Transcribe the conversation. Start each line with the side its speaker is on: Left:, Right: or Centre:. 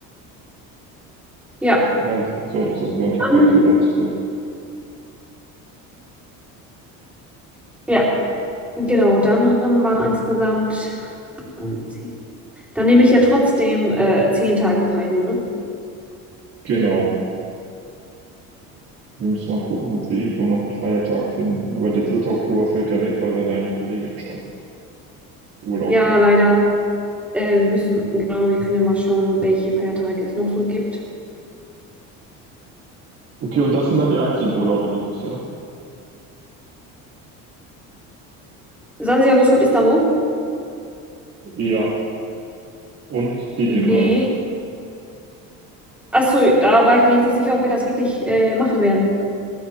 Centre: Ja,
Right: Und dann so, so Sonntag
Centre: dann,
Right: halt drüber zurück.
Centre: ja, genau, dann haben wir insgesamt. zehn. Dann nehme ich ja trotzdem äh, zehn Tage frei nur, ne?
Right: Genau. Wir müssen mal gucken, ob wir irgendwo noch einen Feiertag finden. Aber der dritte Oktober fällt ja weg, weil da deine Kollegin schon Urlaub
Centre: Ja,
Right: hat.
Centre: leider. Äh, wir müssen, genau, wir können ja mal schauen, welche Feiertage es noch so gibt.
Right: Okay, und das sind dann die einzigen Urlaube dieses Jahr?
Centre: Sansibar, Muscat, Istanbul?
Right: Ja, und die
Centre: Nee.
Right: dem halt.
Centre: Achso, da war ich mir jetzt nicht sicher, ob wir das wirklich äh, machen werden.